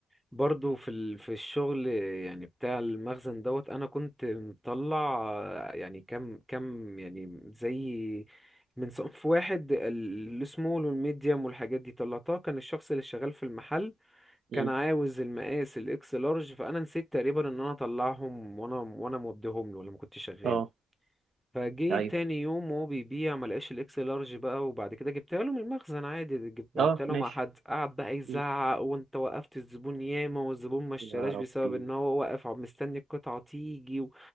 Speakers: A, in the centre; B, on the right (about 60°).
A: برضو في ال... في الشغل يعني بتاع المخزن دوت انا كنت مطلع آه، يعني كم كم يعني زي من صنف واحد ال- السمول والميديم والحاجات دي طلعتها كان الشخص اللي شغال في المحل
B: أمم،
A: كان عاوز المقاس الاكس لارج فانا نسيت تقريبا ان انا اطلعهم وانا وانا موديهم له لما كنت شغال
B: اه
A: فجه
B: ايوه
A: تاني يوم وهو بيبيع ملقاش الاكس لارج بقى وبعد كده جبتها له من المخزن عادي جب- بعتها
B: اه
A: له
B: ماشي
A: مع حد قعد بقى يزعق
B: أمم.
A: وانت وقفت الزبون ياما والزبون ما اشتراش
B: يا ربي
A: بسبب ان هو واقف عم- مستني القطعة تيجي و-